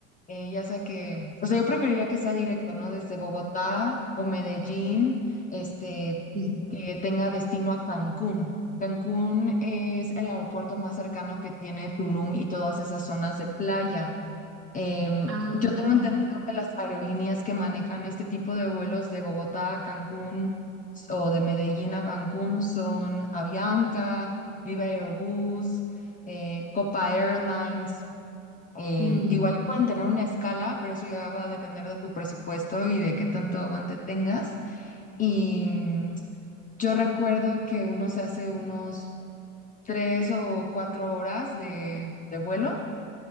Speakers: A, on the left; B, on the right.
A: eh, ya sea que, o sea, yo preferiría que sea directo, ¿no? Desde Bogotá o Medellín, este,
B: sí.
A: que tenga destino a Cancún. Cancún es el aeropuerto más cercano que tiene Tulum y todas esas zonas de playa. Em,
B: Ah,
A: yo tengo
B: ya,
A: entendido
B: ya.
A: que las aerolíneas que manejan este tipo de vuelos de Bogotá a Cancún s- o de Medellín a Cancún son Avianca, Viva Aerobús, eh, Copa Airlines. em,
B: Sí.
A: igual y pueden tener una escala, pero eso ya va a depender de tu presupuesto y de qué tanto aguante tengas. Y mm, yo recuerdo que uno se hace unos tres o cuatro horas de de vuelo